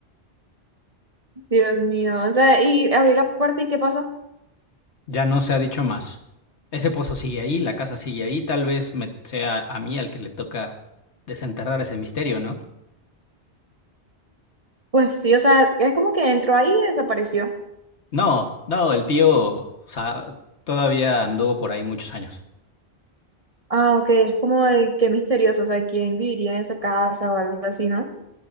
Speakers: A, on the right; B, on the left.
A: Dios mío, o sea, y abrí la puerta y ¿qué pasó?
B: ya no se ha dicho más. Ese pozo sigue ahí, la casa sigue ahí, tal vez me sea a mí al que le toca desenterrar ese misterio, ¿no?
A: Pues sí, o sea, es como que entró ahí y desapareció.
B: No, no, el tío sa- todavía anduvo por ahí muchos años.
A: Ah, ok, es como de qué misterioso, o sea, quién viviría en esa casa o algo así, ¿no?